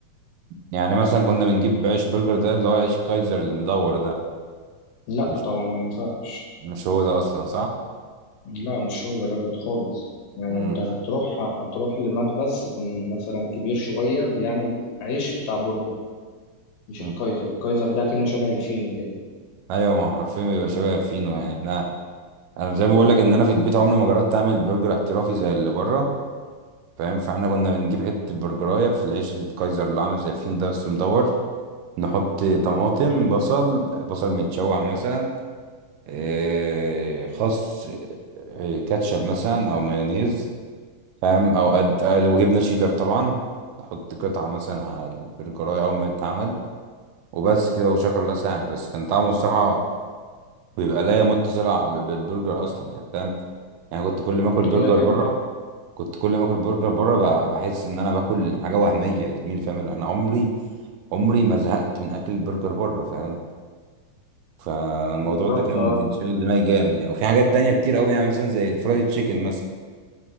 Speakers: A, on the right; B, on the left.
A: يعني مثلا كنا بنجيب عيش برجر ده اللي هو العيش الكايزر المدور ده
B: لا
A: مش
B: طبعا ما ينفعش
A: مش هو ده اصلا صح
B: لا مش هو دوت خالص يعني
A: مم.
B: انت هتروح هتروح لمخبز يكون مثلا كبير شوية بيعمل عيش بتاع برجر مش
A: مم.
B: الكايزر الكايزر ده كأنه شبه الفينو كده
A: ايوه ما هو حرفيا بيبقى شبه فينو يعني احنا انا زي ما بقول لك ان انا في البيت عمري ما جربت اعمل برجر احترافي زي اللي بره فاهم فاحنا كنا بنجيب حته برجرايه في العيش الكايزر اللي عامل زي فينو ده بس مدور نحط طماطم
B: مم.
A: بصل بصل متشوح مثلا إيه، خس إيه، كاتشب مثلا او مايونيز فاهم او قد آه، لو جبنا شيدر طبعا نحط قطعة مثلا على البرجراية أول ما يتعمل وبس كده وشكر الله ساعي بس كان طعمه الصراحة بيبقى لا يمت صلة بالبرجر أصلا يعني فاهم يعني كنت كل ما آكل برجر
B: كده كده
A: بره كنت كل ما آكل برجر بره ب- بحس إن أنا باكل حاجة وهمية يا زميلي فاهم اللي أنا عمري عمري ما زهقت من أكل البرجر بره فاهم فالموضوع
B: بالظبط
A: ده كان
B: اه
A: كان شاغل دماغي جامد يعني وفي حاجات تانية كتير أوي يعني مثلا زي الفرايد تشيكن مثلا